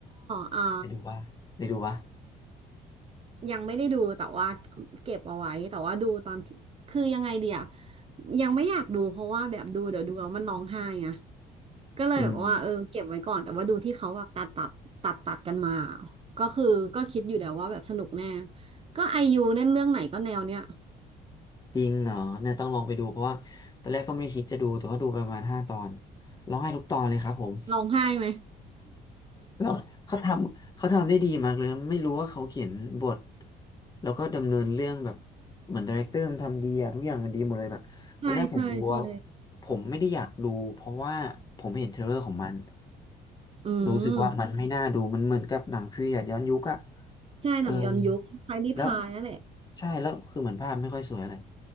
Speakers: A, on the right; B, on the left.
A: อ่า
B: ได้ดูป่ะได้ดูป่ะ
A: ยังไม่ได้ดูแต่ว่าเก็บเอาไว้ แต่ว่าดูตอนที่คือยังไงเดียวยังไม่อยากดูเพราะว่าแบบดูเดี๋ยวดูแล้วมันร้องไห้ไง ก็เลยแบบว่าเออเก็บไว้ก่อนแต่ว่าดูที่เขาแบบตัดตัดตัดตัดกันมา
B: อืม
A: ก็คือก็คิดอยู่แล้วว่าแบบสนุกแน่ก็ไอยูเล่นเรื่องไหนก็แนวเนี้ย
B: จริงเหรอเนี่ยต้องลองไปดูเพราะว่าตอนแรกก็ไม่ได้คิดจะดูแต่ว่าดูประมาณห้าตอนร้องไห้ทุกตอนเลยครับผม
A: <laughs> ร้องไห้ไหม
B: <laughs> แล้วเขาทำเขาทำได้ดีมากเลยนะไม่รู้ว่าเขาเขียนบทแล้วก็ดำเนินเรื่องแบบเหมือนดีเรคเตอร์มันทำดีอะทุกอย่างมันดีหมดเลยแบบตอนแรกผมดูว่า
A: <laughs> ใช่ใช่ใช่
B: ผมไม่ได้อยากดูเพราะว่าผมเห็นเทรลเลอร์ของมัน
A: อืม
B: รู้สึกว่ามันไม่น่าดูมันเหมือนกับหนังพีเรียดย้อนยุคอะ
A: ใช่หนังย้อนยุคคล้ายๆนิพายนั่นแหละ
B: เออ แล้วใช่แล้วคือเหมือนภาพไม่ค่อยสวยอะไร